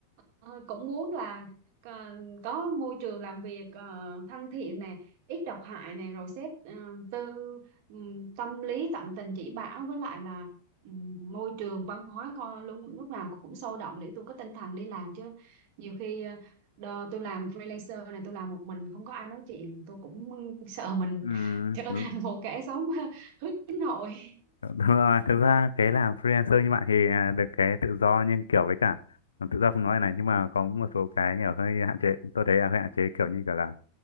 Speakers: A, on the right; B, on the left.
A: Ờ, cũng muốn là ờ, có môi trường làm việc ờ, thân thiện nè, ít độc hại nè, rồi sếp ờ, tư ừm, tâm lý tận tình chỉ bảo với lại là ừm, môi trường văn hóa con lúc lúc nào cũng sôi động để tôi có tinh thần đi làm chứ. Nhiều khi ờ, đò, tôi làm freelancer này, tôi làm một mình không có ai nói chuyện, tôi cũng <laughs> sợ mình
B: ừ,
A: trở
B: đúng,
A: thành một kẻ sống <laughs> nội.
B: đúng rồi. thực ra cái làm freelancer như bạn thì à, được cái tự do nhưng kiểu với cả à, tự do không nói này nhưng mà có một số cái nhỏ hơi hạn chế tôi thấy là hơi hạn chế kiểu như kiểu là